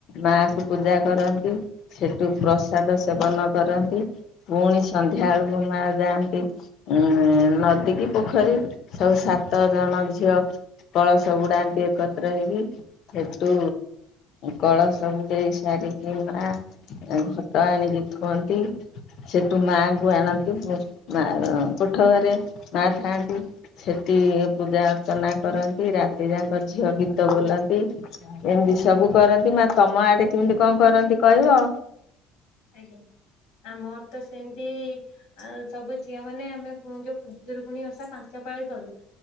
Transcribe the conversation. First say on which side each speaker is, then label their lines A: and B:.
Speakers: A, on the left; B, on the left.
A: ମାଙ୍କୁ ପୂଜା କରନ୍ତି, ସେଠୁ ପ୍ରସାଦ ସେବନ କରନ୍ତି। ପୁଣି ସନ୍ଧ୍ୟା ବେଳକୁ ମା ଯାଆନ୍ତି ଉଁ ନଦୀ କିି ପୋଖରୀ ସବୁ ସାତ ଜଣ ଝିଅ କଳସ ବୁଡାନ୍ତି ଏକତ୍ର ହେଇକି। ସେଠୁ କଳସ ବୁଡେଇ ସାରିକି ମା ଘଟ ଆଣିକି ଥୁଅନ୍ତି। ସେଠୁ ମାଙ୍କୁ ଆଣନ୍ତି, ମା କୋଠ ଘରେ ମା ଥାଆନ୍ତି। ସେଠି ପୂଜା ଅର୍ଚ୍ଚନା କରନ୍ତି। ରାତି ଯାଙ୍କ ଝିଅ ଗୀତ ବୋଲନ୍ତି। ଏମିତି ସବୁ କରନ୍ତି। ମା ତମ ଆଡେ କେମିତି କଣ କରନ୍ତି କହିବ?
B: ଆଜ୍ଞା। ଆମର ତ ସେମିତି ଆଉ ସବୁ ଝିଅ ମାନେ ଆମେ ଯୋଉ ଖୁଦୁରୁକଣୀ ଓସା ପାଞ୍ଚ ପାାଳି କରୁ।